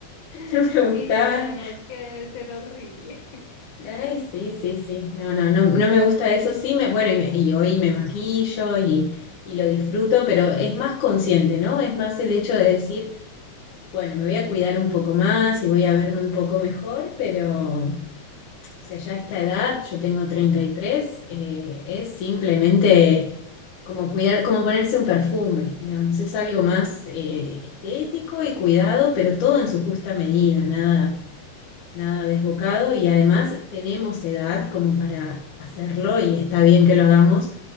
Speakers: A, on the left; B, on the left.
A: <laughs>
B: no me
A: Sí,
B: gustaban,
A: además que debe ser horrible. <laughs>
B: Ay, sí, sí, sí. No, no, no, no me gusta eso. Sí, me, bueno, y, me- y hoy me maquillo y, y lo disfruto, pero es más consciente, ¿no? Es más el hecho de decir, bueno, me voy a cuidar un poco más y voy a verme un poco mejor, pero, o sea, ya a esta edad, yo tengo 33, eh, es simplemente como cuidar, como ponerse un perfume, digamos. Es algo más eh, estético y cuidado, pero todo en su justa medida, nada nada desbocado y además tenemos edad como para hacerlo y está bien que lo hagamos.